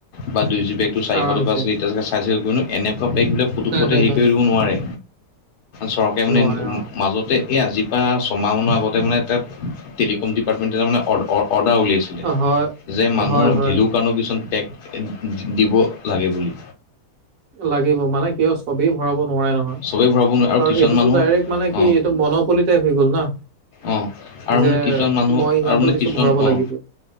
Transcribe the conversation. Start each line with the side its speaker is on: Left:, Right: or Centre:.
Left: বা দুই জিবি পেকটো চাৰিশ
Right: আৰামছে
Left: টকা আছিলে <unintelligible> এনেকুৱা পেকবিলাক পুটোক
Right: চাৰে
Left: কতে
Right: চাৰিশ
Left: হেৰি কৰি দিব নোৱাৰে। চৰকাৰে মানে
Right: নোৱাৰে অ
Left: মাজত তে এই আজিৰ পৰা ছমাহ মানৰ আগতে মানে, তাত টেলিকম ডিপাৰ্টমেণ্ট তাৰ মানে অ', অ', অৰ্ডাৰ উলিয়াইছে
Right: অ, হয়
Left: যে মানুহৰ,
Right: হয় হয়
Left: ভেলো কাৰণেও কিছুমান পেক দিব লাগে বুলি।
Right: লাগিব, মানে কিয় চবেই ভৰাব নোৱাৰে নহয়।
Left: চবেই ভৰাব নোৱাৰে
Right: আৰু
Left: কিছুমান
Right: এইটোতো
Left: মানুহ
Right: ডাইৰেক্ট মানে কি,
Left: অ
Right: এইটোতো মন'পলি টাইপ হৈ গ'ল না।
Left: অ আৰু
Right: যে,
Left: মানে কিছুমান মানুহ
Right: মই ইমানটো
Left: আৰু মানে
Right: দিছো
Left: কিছুমান
Right: ভৰাব
Left: অ
Right: লাগিব।